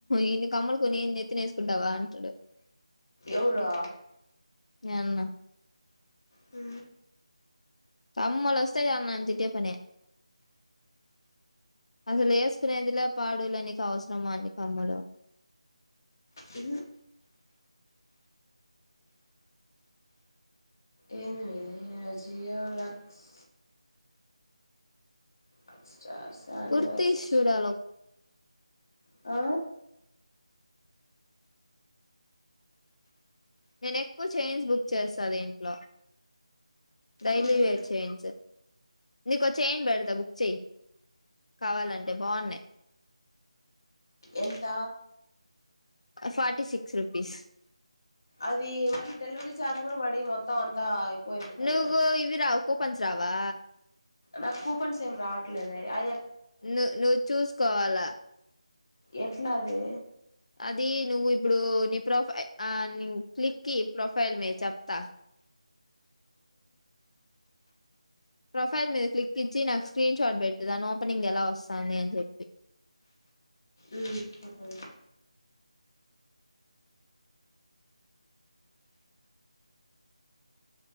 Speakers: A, on the left; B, on the left.
A: ఇన్ని కమ్మలు కొనిన్ని ఎత్తిన ఉండవాంటడు
B: ఎవరా
A: ఏన్న
B: అ
A: కమ్మలస్తాయి నా అందిటే పనే అసలు వేసుకునేదిలా పాడు లే నీకు అవస్ త మాటి కమ్మలు
B: ఇ ఏంది మీ అజియో లక్స్ ఆక్స్ చార్ సను
A: కుర్తీస్
B: వర్స్
A: చూడాలి
B: ఆ
A: నేను ఎక్కువ చైయిన్స్ బుక్ చేసా దింట్లో డైలీ
B: ఉహు
A: వేర్ చైన్స్ నీకు ఒక చైన్ పెడతా బుక్ చెయ్యి కావాలంటే బాగున్నాయి
B: ఎంత
A: ఫార్టీ సిక్స్ రుపీస్
B: అది మళ్ళీ డెలివరీ ఛార్జ్ కూడా పడి మొత్తం అంతా ఎక్కువైపోతది
A: నువ్వు ఇవి రావు కూపన్స్ రావా
B: నా కూపన్సేమ్ రాట్లేదే అఐ
A: ను నువ్వు చూసుకోవాలా
B: ఎట్లా అది
A: అది నువ్వు ఇప్పుడు నీ ప్రొఫై ఆ క్లిక్కి ప్రొఫైల్ మీద చెప్తా ప్రొఫైల్ మీద క్లిక్ ఇచ్చి నాకు స్క్రీన్ షాట్ పెట్టు దాని ఓపెనింగ్ ఎలా వస్తాంది అని చెప్పి
B: ఉ సప్పా